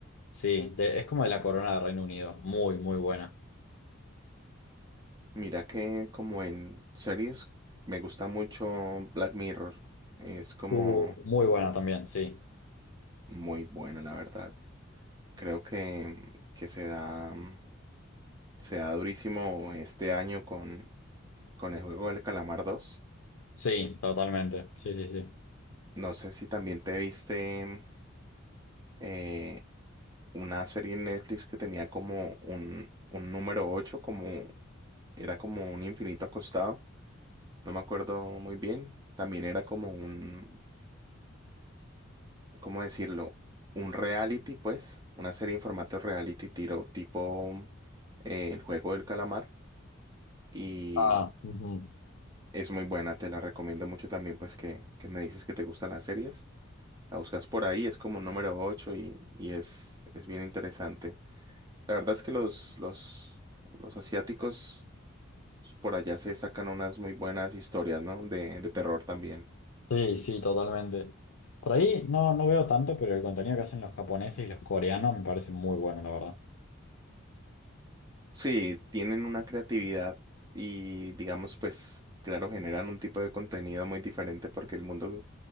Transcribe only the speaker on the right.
Mira que como en series me gusta mucho Black Mirror. Es como
muy buena, la verdad. Creo que, que se da, mm, se da durísimo este año con, con el juego del Calamar dos
No sé si también te viste eh, una serie en Netflix que tenía como un, un número ocho como era como un infinito acostado. No me acuerdo muy bien. También era como un, ¿cómo decirlo? Un reality, pues, una serie en formato reality tiro, tipo eh, El juego del calamar. Y
es muy buena, te la recomiendo mucho también, pues, que, que me dices que te gustan las series. La buscas por ahí, es como número 8 y, y es, es bien interesante. La verdad es que los, los, los asiáticos pues, por allá se sacan unas muy buenas historias, ¿no? De, de terror también.
Sí, tienen una creatividad y digamos, pues, claro, generan un tipo de contenido muy diferente porque el mundo